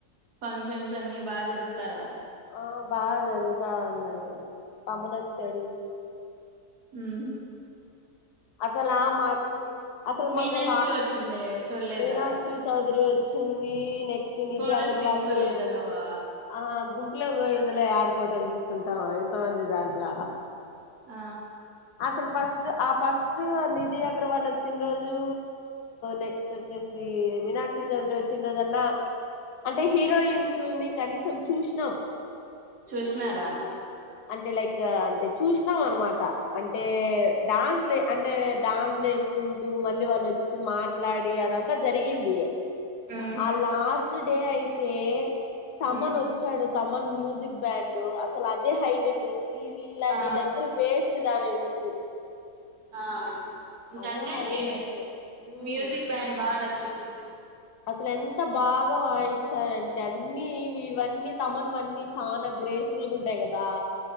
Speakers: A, on the right; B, on the left.
A: ఫంక్షన్స్
B: ఏంటి
A: అన్ని బాగా జరుపుతారా
B: ఆ బాగా జరుగుతాయండి తమ్ముడొచ్చాడు
A: మ్మ్ హ్
B: అసలు ఆ మాకు అసలు
A: మీనాక్షి
B: మాకు వాళ్ల ఆ
A: వచ్చింది చూడలేదా
B: మీనాక్షి చౌదరి వచి చున్నీ నెక్ శ్రీ నిధి
A: ఫొటోస్
B: అగర్వాలు
A: తీసుకోలేదా నువ్వు
B: ఆ గుంపు ఇట్లగా ఇందులో ఆడ ఫోటోలు తీసుకుంటామా ఇంతమంది దాట్ల
A: ఆ
B: అసలు ఫస్ట్ సు ఆ ఫస్టు నీద్ అర్తి అగర్వాల్ వచ్చిన రోజు నెక్స్ట్ వచ్చేసి మీనాక్షీ చౌదరి వచ్చిన రోజన్నా ప్చ్ అంటే హీరోయిన్స్ ని కనీసం చూసినం
A: చూసినారా
B: అంటే లైక్ అంటే చూసినా అన్నమాట ట అంటే డాన్స్ లే అంటే డాన్స్ లేేసుకుంటూ మళ్ళీ వాళ్ళు వచ్చి మాట్లాడి అదంతా అంత జరిగింది
A: హ్మ్
B: ఆ లాస్ట్ ఫిఫ్త్ డే అయితే తమన్
A: హ్మ్
B: వచ్చాడు తమన్ మ్యూజిక్ బ్యాండు అసలు అదు ది హైలైట్ శ్రీలీలా
A: ఆ
B: వీళ్ళందరూ వేస్ట్ దాని ముందు
A: ఆ ఇంకంతలే
B: అదే హైలైట్ ఉమ్.
A: మ్యూజిక్ బ్యాండ్ బాగా నచ్ చ్ తుంది
B: అసలు ఎంత బాగా వాయిచ్చారంటే అన్నీ వీడివన్నీ తమనువన్నీ చనా గ్రేస్ఫుల్ గా ఉంటాయి గదా